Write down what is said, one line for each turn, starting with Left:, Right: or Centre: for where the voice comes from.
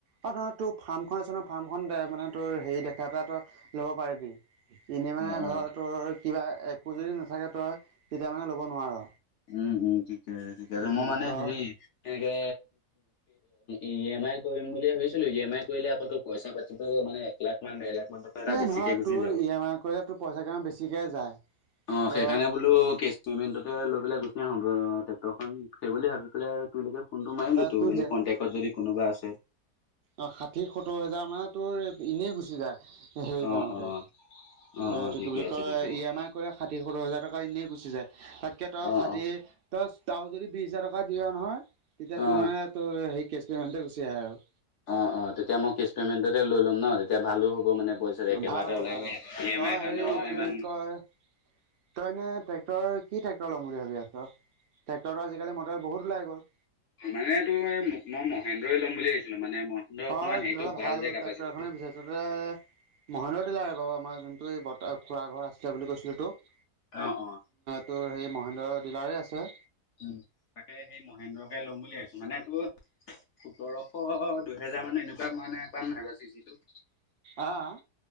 Right: অ নহয় তোৰ ফাৰ্মখন আছে নহ ফাৰ্মখন দে মানে তোৰ হেৰি দেখা পাই তই লব পাৰিবি। এনে মানে
Left: অ অ
Right: ধৰ তোৰ কিবা একো যদি নাথাকে তই তেতিয়া মানে ল'ব নোৱাৰ।
Left: উম উম ঠিকে আছে ঠিকে আছে
Right: উম
Left: মই মানে
Right: তই
Left: হেৰি এনেকে ই এম আই কৰিম বুলি ভাবিছিলো ই এম আই কৰিলে আকৌ তোৰ পইচা পাতিতো মানে এক লাখ মান <unintelligible>
Right: এ
Left: বেছিকে
Right: নহয়
Left: গুচি
Right: তোৰ
Left: যাব।
Right: ই এম আই কৰিলে তোৰ পইচা কিমান বেছিকে যায়।
Left: অ
Right: তই
Left: সেইকাৰণে বোলো কেচ পেমেন্টটোত লৈ পেলাই গুচি আহো সম্ ট্ৰেক্টৰ খন সেইব বুলি ভাবি পেলাই তুমিলোকে ফোনটো মাৰিলো তো
Right: তোৰ
Left: বোলো কণ্টেক্টত যদি কোনোবা আছে
Right: অ ষাঠি সত্তৰ হোজাৰ মানে তোৰ এনেই গুচি যায় হেৰি
Left: অ',
Right: কৰোতে।
Left: অ', অ',
Right: এইটো
Left: অ', ঠিকে
Right: কি বুলি
Left: আছে
Right: কয়
Left: ঠিকে
Right: ই
Left: আছে
Right: এম আই কৰি ষাঠি সোতৰ হাজাৰ টকা এনেই গুচি যায় তাতকে তই
Left: অ',
Right: ষাঠি
Left: অ',
Right: ত আৰু যদি বিশ হাজাৰ টকা দিয়া নহয় তেতিয়া
Left: অ',
Right: তোৰ মানে তোৰ সেই কেছ পেমেণ্ট গুচি আহে আৰু
Left: অ অ তেতিয়া মই কেচ পেমেন্টতে লৈ লম ন তেতিয়া ভালো হ'ব মানে পইচাটো একেবাৰতে
Right: ভাল হ'ব
Left: ওলাই
Right: ভাল হ'ব
Left: ই এম
Right: তই
Left: আইৰ কাৰণেও
Right: হেৰি কি
Left: ইমান
Right: বুলি কয়। তইনে ট্ৰেক্টৰ কি ট্ৰেক্টৰ লম বুলি ভাবি আছ ট্ৰেক্টৰ টো আজিকালি মডেল বহুত ওলাই গ'ল।
Left: মানে টো এই মই মহেন্দ্ৰই ল'ম বুলি ভাবিছিলো মানে। মহেন্দ্ৰ অকণমান
Right: অ তেতিয়া
Left: হেৰিটো
Right: হ'লে ভাল
Left: যে কেপাচিটিটো।
Right: ট্ৰেক্টৰ এখনে বিচাৰিছ তই মহন্দৰ দিলা বাৰু আমাৰ যোনটো এই বতাহ খোৱা ঘৰ আছিলে বুলি কৈছিলো তোক
Left: অ-অ
Right: তোৰ হে মহেন্দ্ৰ ডিলাৰে আছে৷
Left: উ তাকে সেই মহেন্দ্ৰকে লম বুলি ভাবিছো মানে টো সোতৰশ দুহেজাৰ মানে এনেকুৱা মানে পাম নাইবা চি চি টো?
Right: আহঁ